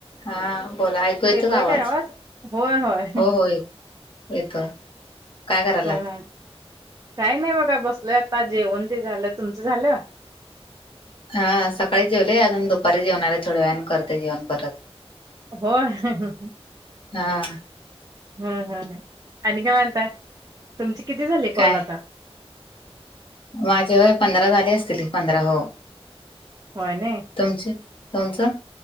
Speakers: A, on the left; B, on the right.
A: हा बोला ऐकू येतो
B: येतोय
A: का आवाज
B: काय होय होय
A: हो हो ये येतोय काय करायलात?
B: हा हा काही नाही बघा बसलं आता जेवन ते झालं तुमचं झालं?
A: हा सकाळी जेवले अजून दुपारी जेवणार थोड्या वेने करते जेवण परत-
B: <unintelligible>
A: हा
B: हम् हम् आणि काय म्हणताय तुमची किती झाले कॉल
A: काय
B: आता?
A: माझे वय पंधरा झाले असतील पंधरा हो.
B: होय नाही
A: तुमचे तुमचं?